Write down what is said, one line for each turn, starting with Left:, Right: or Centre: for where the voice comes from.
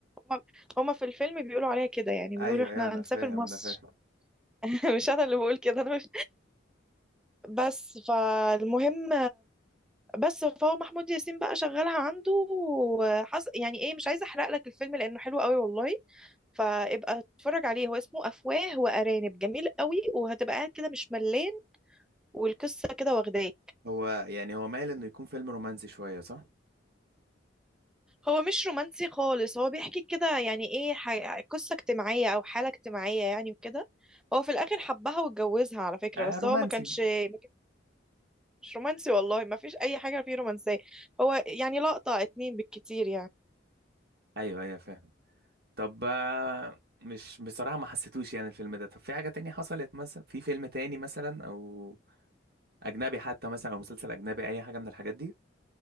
Centre: هما هما في الفيلم بيقولوا عليها كده يعني بيقولوا
Right: ايوه
Centre: احنا
Right: ايوه انا
Centre: هنسافر
Right: فاهم
Centre: مصر
Right: انا فاهم
Centre: <laughs> مش انا اللي بقول كده انا مش بس فالمهم بس فهو محمود ياسين بقى شغالها عنده وحص... يعني ايه مش عايزه احرق لك الفيلم لانه حلو قوي والله فابقى اتفرج عليه هو اسمه افواه وارانب جميل قوي وهتبقى قاعد كده مش ملان والقصه كده واخداه
Right: هو يعني هو مايل انه يكون فيلم رومانسي شويه صح
Centre: هو مش رومانسي خالص هو بيحكي كده يعني ايه ح- قصة اجتماعية او حالة اجتماعية يعني وكده هو في الاخر حبها واتجوزها على فكرة
Right: آه
Centre: بس
Right: رومانسي
Centre: هو ما كانش ما كانش رومانسي والله ما فيش اي حاجة فيه رومانسية هو يعني لقطة اتنين بالكتير يعني
Right: ايوه ايوه فاهم طب آه مش بصراحه ما حسيتوش يعني الفيلم ده طب في حاجه تانية حصلت مثلا في فيلم تاني مثلا او اجنبي حتى مثلا او مسلسل اجنبي اي حاجه من الحاجات دي